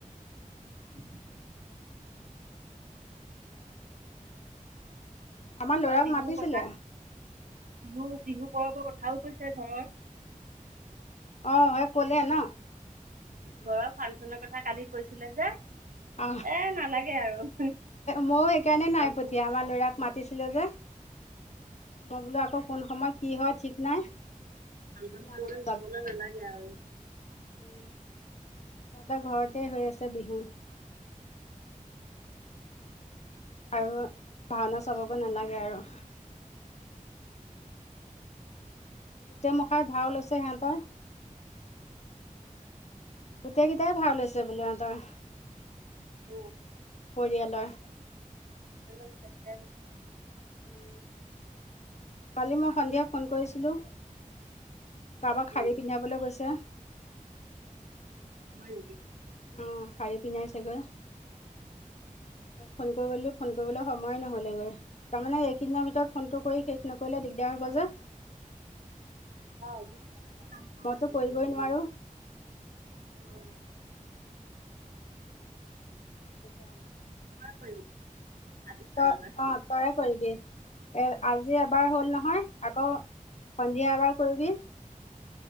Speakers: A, on the right; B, on the left.
A: উম <unintelligible>
B: আমাৰ ল'ৰাক
A: বা বিহুৰ
B: মাতিছিলে
A: কথা বিহু-বিহু পৰৱৰ কথাও কৈছে ঘৰৰ
B: অ, সেই ক'লে ন।
A: ঘৰৰ ফাংচনৰ কথা কালি কৈছিলে যে।
B: অ'।
A: এ নালাগে আৰু।
B: ময়ো এইকাৰণে নাই
A: ফাংচন
B: পঠিয়া আমাৰ লৰাক মাতিছিলে যে। মই বোলো আকৌ কোন সময়ত কি হয় ঠিক নাই।
A: ফাংচন-চাংচন
B: নালাগে
A: চাবলে নেলাগে আৰু।
B: উম, সিহতৰ ঘৰতে হৈ আছে বিহু। আৰু ভাওনা চাবগে নালাগে আৰু। গোটেই মোখাই ভাও লৈছে সিহঁতৰ। গোটেইকেইটাই ভাও লৈছে বোলে সিহঁতৰ।
A: উম,
B: পৰিয়ালৰ
A: <unintelligible>
B: উম, কালি মই সন্ধিয়া ফোন কৰিছিলোঁ। কাৰোবাক
A: উম,
B: শাৰী পিন্ধাবলৈ গৈছে।
A: হয় নিকি?
B: অ', শাৰী পিন্ধাইচে গৈ।
A: <unintelligible>
B: ফোন কৰিব দিলো, ফোন কৰিবলৈ সময় নহ'লেগৈ। তাৰমানে এইকেইদিনৰ ভিতৰত ফোনটো কৰি শেষ নকৰিলে দিগদাৰ হব যে।
A: অ', মোৰ
B: মইতো কৰিবই নোৱাৰোঁ
A: <unintelligible> অ'।
B: সেইকাৰণে।
A: কৰিম আজি চাৰিবাৰ।
B: তই, অ' তই কৰিবি, এ আজি এবাৰ হ'ল নহয় আকৌ সন্ধিয়া এবাৰ কৰিবি।